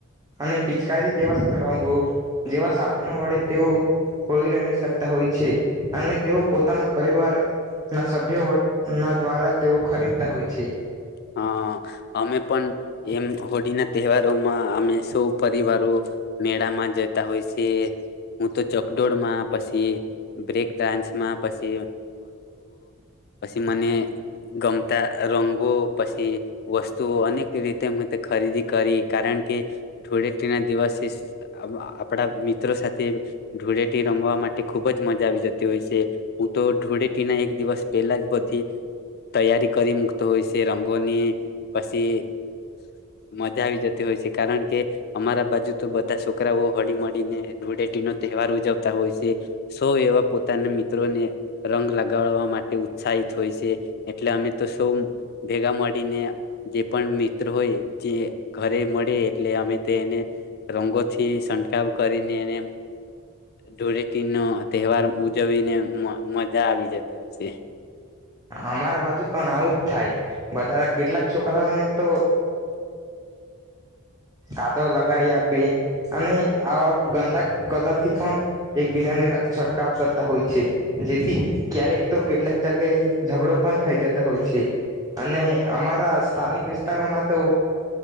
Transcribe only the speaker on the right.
અને પિચકારી <inaudible> જેવા સાધનો વડે તેઓ હોળ રમી શકતા હોય છે, અને તેઓ પોતાના પરિવારના અભ્યવટના દ્વારા તેઓ ખરીદતા હોય છે.
અમારા બાજુ પણ આવુંજ થાય બધા કેટલાક છોકરાઓને તો કાદવ લગાડી આપે અને આવા ગંદા કલરથી પણ એકબીજાને છંટકાવ કરતા હોય છે જેથી ક્યારેક તો કેટલાક જગ્યાએ ઝઘડો પણ થઈ જતો હોય છે, અને અમારા સ્થાનિક વિસ્તારોમાં તો